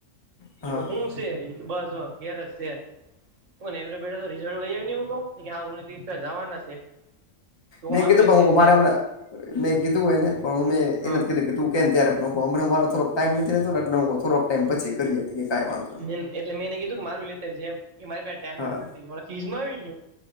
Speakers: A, on the left; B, on the right.
A: હા
B: હું બસ ગેરજ છેવી બેઠા રિઝલ લઈ હું કહ હા હું દિવ જવાના છે તો
A: મેં
B: મારું
A: કીધું
B: લેતા
A: પણ હું મારે
B: છે
A: હમણાં મેં કીધું એને પણ હું મેં
B: હા
A: એને કીધું કે તું કે ત્યારેરે થોક ટાઈમ નથીતો એોક ટાઈમ બચે કરી હતી કે ક વાંધ
B: હ એટલે મેં એને કીધું કે મારું લે જે એ મારી ટમ
A: હા
B: જ નથી મા ફીજમાં આવી ગ